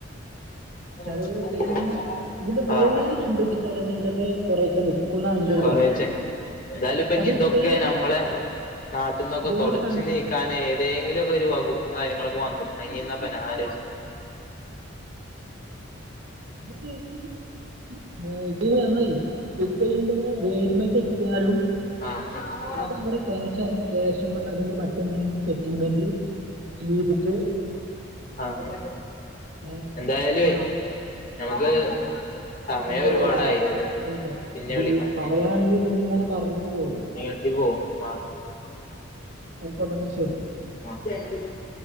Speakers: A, on the left; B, on the right.
A: <unintelligible>
B: ചിലവരൊക്കെ ഈ ഇതിന്റെ വേര്
A: ആഹ് <unintelligible>
B: കണ്ടുപിടിച്ചാൽ തന്നെ ഇതൊക്കെ കൊറെയൊക്കെ നിക്കുന്നാണ് എന്റെ ഒരു
A: കൊറേച്ചണ്ട്
B: തോന്നല്
A: എന്തായാലും ഇപ്പ
B: പക്ഷെ
A: ഇനി ഇതൊക്കെ
B: ഇത് വേര്
A: നമ്മളെ നാട്ടിൽന്നൊക്കെ
B: വേര്
A: തുടച്ചു
B: കണ്ടുപിടിച്ചാലും
A: നീക്കാൻ ബേങ്കിലൊക്കെ ഒരു വകുപ്പും കാര്യങ്ങളൊക്കെ വന്നുക്കുണ്ടെങ്കി ന്നാ പ്പ ഞാആലോചി-
B: <unintelligible> <unintelligible>
A: ആഹ്, ആഹ്
B: അത് അവിടെ ക്യാഷാ ക്യാഷ് കൊണ്ട് അല്ലെങ്കിൽ മറ്റെ സെറ്റിൽമെന്റ് ചെയ്ത്ട്ട്
A: ആഹ്‌
B: ഏഹ്
A: എന്തായാലും
B: ഇപ്പൊ ആ-
A: നമുക്ക് സമയം
B: ആയ്ക്കോട്ടെ,
A: ഒരുപാടായി
B: ആയ്ക്കോട്ടെ ന്ന് പ്പൊ ഐക്കെ.
A: പിന്നെ
B: ത്
A: വിളിക്കാം
B: പറയാണെങ്കി
A: ഉം
B: ത് ങ്ങനെ പറഞ്ഞ് പോകും.
A: നീട്ടി പോവും ആ
B: അക്കോട്ടെ ന്നാ ശരി
A: ആഹ്